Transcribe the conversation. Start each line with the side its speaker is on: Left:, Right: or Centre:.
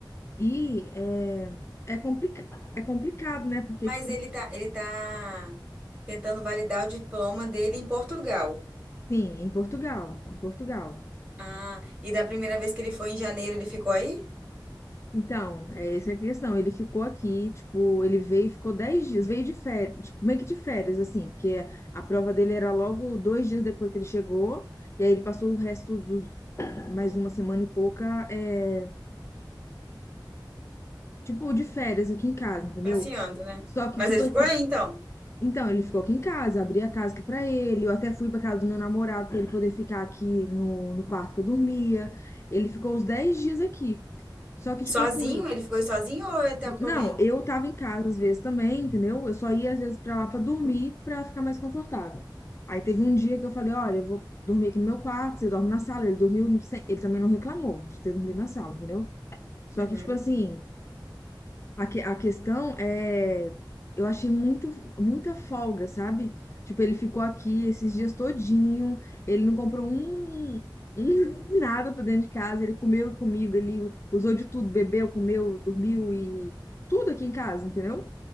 Left: E é, é, complica é complicado, né? Porque,
Right: Mas
Left: tipo
Right: ele
Left: assim,
Right: tá, ele tá tentando validar o diploma dele em Portugal.
Left: em Portugal, em Portugal.
Right: Ah, e da primeira vez que ele foi em janeiro, ele ficou aí?
Left: Então, é, essa é a questão. Ele ficou aqui, tipo, ele veio, e ficou 10 dias, veio de férias, tipo, meio que de férias, assim, porque a prova dele era logo dois dias depois que ele chegou, e aí ele passou o resto dos mais uma semana e pouca, é, tipo, de férias aqui em casa, entendeu?
Right: Passeando, né?
Left: Só que,
Right: Mas
Left: tipo,
Right: ele ficou
Left: assim,
Right: aí, então.
Left: Então, ele ficou aqui em casa, abri a casa aqui pra ele. Eu até fui pra casa do meu namorado pra ele poder ficar aqui no, no quarto que eu dormia. Ele ficou uns 10 dias aqui. Só que,
Right: Sozinho?
Left: tipo assim,
Right: Ele ficou aí sozinho ou ele tava com
Left: não,
Right: alguém?
Left: eu tava em casa às vezes também, entendeu? Eu só ia às vezes pra lá pra dormir, pra ficar mais confortável. Aí teve um dia que eu falei: olha, eu vou dormir aqui no meu quarto, você dorme na sala. Ele dormiu, sem- ele também não reclamou de ter dormido na sala, entendeu? Só
Right: Uhum.
Left: que, tipo assim. A, que- a questão é, eu achei muito, muita folga, sabe? Tipo, ele ficou aqui esses dias todinho, ele não comprou um, um <laughs> nada pra dentro de casa, ele comeu comigo, ele usou de tudo, bebeu, comeu, dormiu e tudo aqui em casa, entendeu?